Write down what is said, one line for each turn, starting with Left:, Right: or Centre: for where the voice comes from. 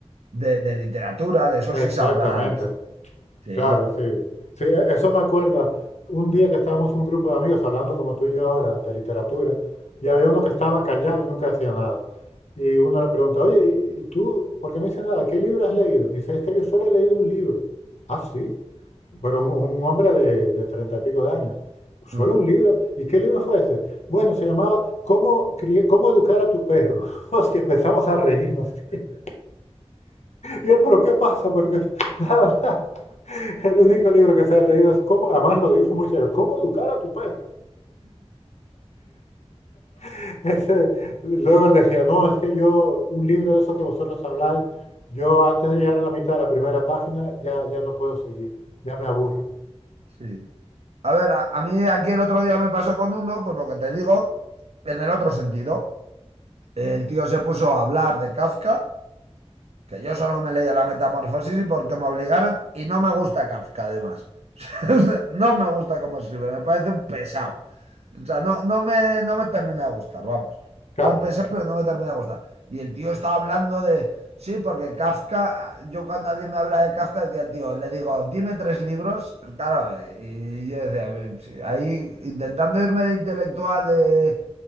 Right: de, de literatura, de eso
Left: exactamente.
Right: sí sabrá. Sí.
Left: Claro, sí. Sí, e- eso me acuerda. Un día que estábamos un grupo de amigos hablando como tú y yo ahora de literatura, y había uno que estaba callado y nunca decía nada. Y uno le pregunta, oye, ¿y, y tú por qué no dices nada? ¿Qué libro has leído? Y dice, es que yo solo he leído un libro. Ah, sí. Pero un, un hombre de, de treinta y pico de años. ¿Solo
Right: <laughs>
Left: un libro? ¿Y qué libro fue ese? Bueno, se llamaba ¿Cómo, crie- cómo educar a tu perro? <laughs> Hostia, empezamos a reírnos. <laughs> Y él, ¿pero qué pasa? Porque <laughs> nada, nada. <laughs> El único libro que se ha reído es cómo, además lo dijo muy serio, cómo educar a tu perro. <laughs> Ese- luego él decía, no, es que yo, un libro de eso que vosotros habláis, yo antes de llegar a la mitad de la primera página ya, ya no puedo seguir, ya me aburro.
Right: Sí. A ver, a, a mí aquí el otro día me pasó con uno, pues lo que te digo, en el otro sentido. El tío se puso a hablar de Kafka, que yo solo me he leído la metamorfosis y porque me obligaron y no me gusta Kafka además. <laughs> No me gusta cómo escribe, me parece un pesado. O sea, no, no me, no me termina de gustar, vamos.
Left: Claro,
Right: No un pesado, pero no me termina de gustar. Y el tío estaba hablando de, sí, porque Kafka, yo cuando alguien me habla de Kafka, decía el tío, le digo, dime tres libros, claro, y yo decía, "Sí, ahí intentando irme de intelectual de